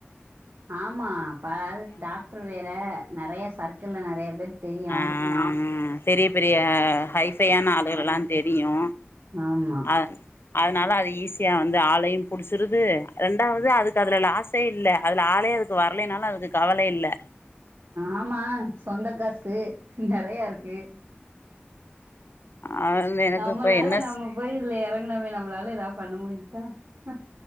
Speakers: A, on the right; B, on the left.
A: ஆமா பா அது டாக்டர் வேற நெறைய சர்க்கிள்ல நெறைய பேர் தெரியு
B: ஆ பெரிய பெரிய ஹைஃபையான ஆளுகளா தெரியு
A: ஆமா
B: ஆ அதனால அது ஈஸியா வந்து ஆளையு புடிச்சிருது ரெண்டாவது அதுக்கு அதுல லாஸே இல்ல அதுல ஆளே அதுக்கு வரலேன்னாலு அதுக்கு கவலை இல்ல
A: ஆமா சொந்தக் காசு நெறையா இருக்கு
B: அ எனக்கு
A: நம்மளால
B: இப்ப என்ன
A: நம்ம போய் இதுல எறங்குனோமே நம்மளால ஏதாது பண்ண முடிஞ்சிச்சா ஆ